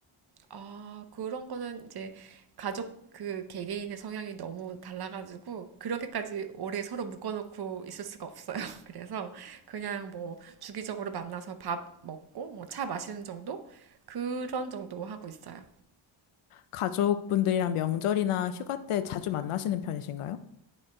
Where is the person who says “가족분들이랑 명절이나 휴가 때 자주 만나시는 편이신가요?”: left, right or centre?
Left